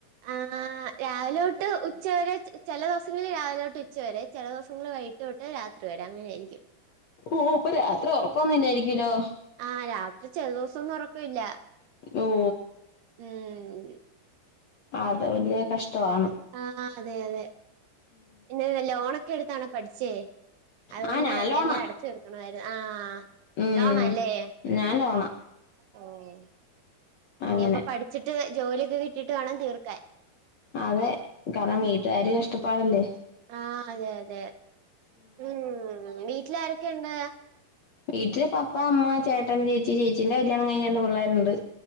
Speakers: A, on the right; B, on the left.
A: ആഹ്‌.... ആ രാവിലെോട്ട് ഉച്ചവരെ ചെല ദൊവസങ്ങളിൽ രാവില തൊട്ട് ഉച്ചവരെ ചെല ദൊവസങ്ങളൾ വൈകിട്ട് തൊ ട്ട്‌ രാത്രി വരെ അങ്ങനെ ആയിരിക്കും
B: ഓഹ്‌ അപ്പൊ രാത്രി ഒറക്കം ഒന്നും ഇല്ലായിരിക്കല്ലോ
A: ആഹ്‌ രാത്രി ചെല ദെവസൊന്നും ഒറക്കവില്ല
B: ഓ..
A: ഉം
B: ആഹ്‌ അത് വല്യ കഷ്ടവാണ്
A: ആഹ്‌ അതെ അതെ പിന്നെ ലോണൊക്കെ എടുത്താണോ പഠിച്ചേ അതൊണ്ട്
B: ആ ഞാൻ ലോണാ
A: എല്ലാം അടച്ചു തീർ ക്കണവായിരുന്നു ആഹ്‌
B: ഉം
A: ലോണാല്ലേ?
B: ഞാൻ ലോണ.
A: ഓഹ്‌
B: അങ്ങനെ
A: ഇനിയപ്പം പഠിച്ചിട്ട് ജോലിയൊക്കെ കിട്ടിട്ട് വേണം തീർക്കാൻ
B: അതെ കാരണം വീട്ടുകാര് കഷ്ടപ്പാടല്ലേ
A: ആഹ്‌ അതെ അതെ ഉം വീട്ടിലാരൊക്കെ ഉണ്ട്
B: വീട്ടില് പപ്പാ അമ്മ ചേട്ടൻ ചേച്ചി ചേച്ചീന്റെ കല്യാണം കഴിഞ്ഞ് രണ്ട് പിള്ളേരുണ്ട്.